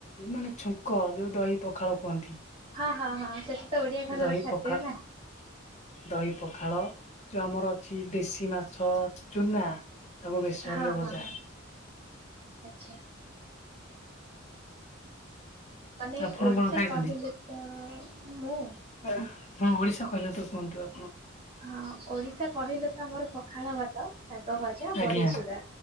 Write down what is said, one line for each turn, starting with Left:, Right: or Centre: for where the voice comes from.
Left: ମାନେ ଛୁଙ୍କ ଯୋଉ ଦହି ପଖାଳ କୁହନ୍ତି।
Right: ହଁ-ହଁ-ହଁ ସେଟା ତ ଓଡିଆ ଘରର
Left: ଦହି
Right: ଖାଦ୍ୟ
Left: ପଖା
Right: ନା।
Left: ଦହି ପଖାଳ, ଯୋଉ ଆମର ଅଛି ଦେଶୀ ମାଛ ଚୁନା। ତାକୁ ବେସରରେ
Right: ହଁ-ହଁ-ହଁ
Left: ଭଜା
Right: ଆଚ୍ଛା। ମାନେ
Left: ଆପଣ
Right: ଓଡିଶା
Left: କଣ ଖାଇଛନ୍ତି?
Right: କହିଲେ ତ ମୁଁ
Left: ହଁ, ଓଡିଶା କହିଲେ ତ କୁହନ୍ତୁ ଆପଣ।
Right: ହଁ, ଓଡିଶା କହିଲେ ତ ଆମର ପଖାଳ ଭାତ ଶାଗ ଭଜା,
Left: ଆଜ୍ଞା
Right: ବଢିଚୁରା,